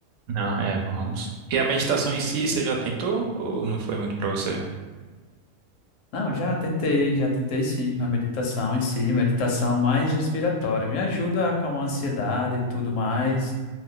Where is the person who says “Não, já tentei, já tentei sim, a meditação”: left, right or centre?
Left